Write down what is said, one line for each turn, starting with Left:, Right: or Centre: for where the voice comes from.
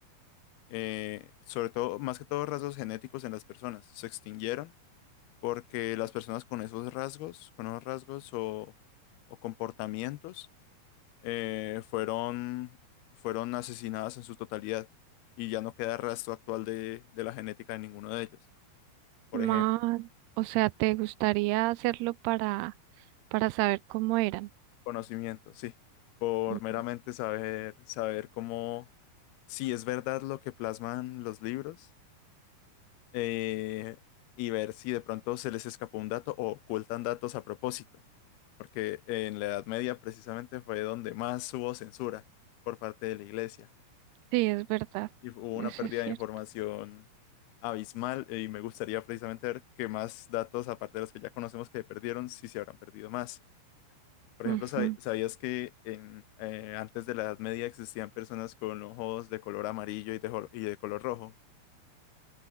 Left: Eh, sobre todo, más que todo rasgos genéticos en las personas. Se extinguieron porque las personas con esos rasgos, con esos rasgos o, o comportamientos, eh, fueron, fueron asesinadas en su totalidad y ya no queda rastro actual de, de la genética de ninguno de ellos. Por
Right: Más,
Left: ejemplo,
Right: o sea, ¿te gustaría hacerlo para, para saber cómo eran?
Left: conocimiento, sí, por
Right: Ujú.
Left: meramente saber, saber cómo si es verdad lo que plasman los libros eh, y ver si de pronto se les escapó un dato o ocultan datos a propósito, porque en la Edad Media precisamente fue donde más hubo censura por parte de la Iglesia
Right: Sí, es verdad.
Left: y hubo una
Right: Eso
Left: pérdida
Right: es
Left: de
Right: cierto.
Left: información abismal eh, y me gustaría precisamente ver qué más datos, aparte de los que ya conocemos que perdieron, si se habrán perdido más. Por ejemplo,
Right: Ujú.
Left: ¿sab- ¿sabías que en, eh, antes de la Edad Media existían personas con ojos de color amarillo y de, jo- y de color rojo?